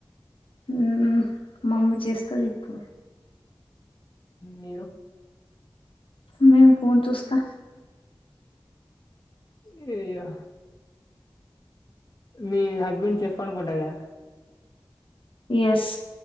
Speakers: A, on the left (about 80°); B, on the left (about 45°).
A: ఉ మామ్మీ చేస్తది ఇప్పుడు
B: మీరు
A: మేం ఫోన్ చూస్తా
B: అయ్యయ్యో మీ హస్బెండ్ చెఫ్ అనుకుంటాగా
A: ఎస్